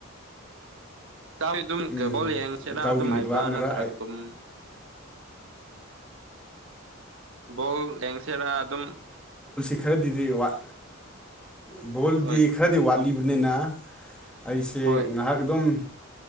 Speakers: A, on the right (about 65°); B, in the centre.
A: ꯑꯗꯨꯝ
B: ꯎꯝ
A: ꯀꯦꯕꯣꯜ ꯌꯦꯡꯁꯤꯔꯥ
B: ꯏꯇꯥꯎꯒꯤ
A: ꯑꯗꯨꯝ
B: ꯅꯦꯠꯋꯥꯛꯅꯔ
A: ꯍꯥꯏꯕ꯭ꯔꯥ ꯅꯠꯇ꯭ꯔꯒ ꯑꯗꯨꯝ ꯕꯣꯜ ꯂꯦꯡꯁꯦꯔꯥ ꯑꯗꯨꯝ
B: ꯈꯔꯥꯗꯤꯗꯤ ꯋꯥꯠ ꯕꯣꯜꯗꯤ
A: ꯍꯣꯏ
B: ꯈꯔꯥꯗꯤ ꯋꯥꯠꯂꯤꯕꯅꯤꯅ ꯑꯩꯁꯦ
A: ꯍꯣꯏ
B: ꯉꯥꯏꯍꯥꯛ ꯑꯗꯨꯝ